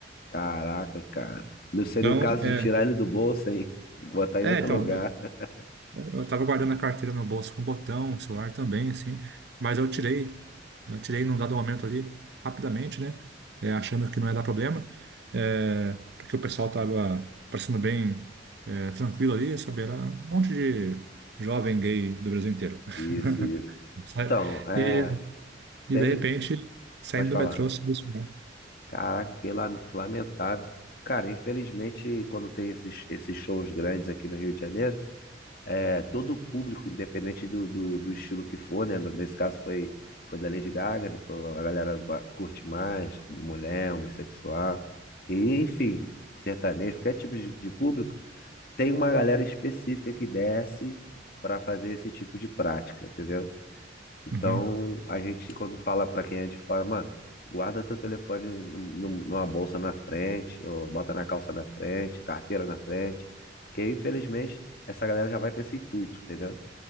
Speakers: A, on the left; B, on the right.
A: Caraca, cara. Não seria
B: Então,
A: o caso
B: é,
A: de tirar ele do bolso, hein? <laughs> E botar em
B: é,
A: outro
B: então,
A: lugar. <laughs>
B: Eu tava guardando a carteira no bolso com botão, o celular também, assim. Mas eu tirei, eu tirei num dado momento ali, rapidamente, né? é, achando que não ia dar problema, é, porque o pessoal tava parecendo bem é, tranquilo ali, sabe? Era um monte de jovem gay do Brasil inteiro.
A: Isso,
B: <laughs>
A: isso.
B: Sabe?
A: Então, é,
B: E, e
A: tem.
B: de repente, saindo
A: Pode falar.
B: do metrô, subiu o celular.
A: Caraca, que la- que lamentável. Cara, infelizmente, quando tem esses, esses shows grandes aqui no Rio de Janeiro, é, todo o público, independente do, do, do estilo que for, né? no- Nesse caso foi, foi da Lady Gaga, né? Foi, a galera gua- curte mais, mulher, homossexual, e, enfim, sertanejo, qualquer tipo de, de público, tem uma galera específica que desce para fazer esse tipo de prática, entendeu? Então,
B: Uhum.
A: a gente, quando fala pra quem é de fora, mano, guarda teu telefone num- num- numa bolsa na frente, ou bota na calça na frente, carteira na frente, porque infelizmente essa galera já vai com esse intuito, entendeu? Eu